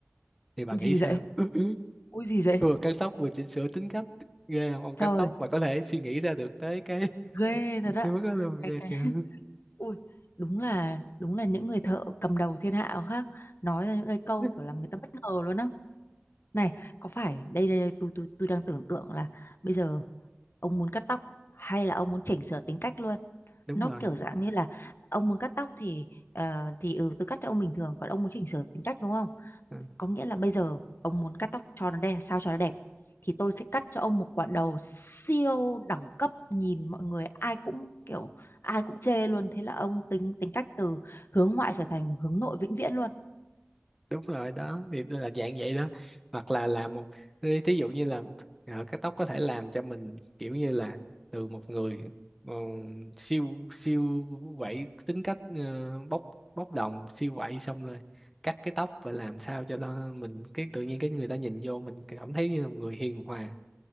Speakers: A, in the centre; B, on the left (about 60°).
A: thì bà
B: gì
A: nghĩ sao
B: vậy?
A: <laughs>
B: Ui gì vậy?
A: vừa cắt tóc vừa chỉnh sửa tính cách ghê không ông
B: Trời,
A: cắt tóc mà có thể suy nghĩ ra được tới cái <laughs>
B: ghê thật á.
A: cái mức đó luôn
B: Cái
A: ghê
B: cái
A: chưa
B: ui đúng là đúng là những người thợ cầm đầu thiên hạ khác nói ra những cái câu
A: <laughs>
B: kiểu làm người ta bất ngờ luôn á. Này, có phải đây đây, đây tôi tôi tôi đang tưởng tượng là bây giờ ông muốn cắt tóc hay là ông muốn chỉnh sửa tính cách luôn.
A: đúng
B: Nó
A: rồi
B: kiểu dạng như là ông muốn cắt tóc thì ờ, thì ừ tôi cắt cho ông bình thường, còn ông muốn chỉnh sửa tính cách đúng không?
A: Ờ.
B: Có nghĩa là bây giờ ông muốn cắt tóc cho nó đẹp, sao cho nó đẹp thì tôi sẽ cắt cho ông một quả đầu siêu đẳng cấp nhìn mọi người ai cũng kiểu ai cũng chê luôn thế là ông tính tính cách từ hướng ngoại trở thành hướng nội vĩnh viễn luôn
A: đúng rồi đó thì nó là dạng vậy đó hoặc là làm một thí thí dụ như là ờ, cắt tóc có thể làm cho mình kiểu như là từ một người ờ, siêu siêu quậy tính cách ờ, bốc bốc đồng siêu quậy xong rồi cắt cái tóc và làm sao cho nó mình cái tự nhiên cái người ta nhìn vô mình cảm thấy như là một người hiền hòa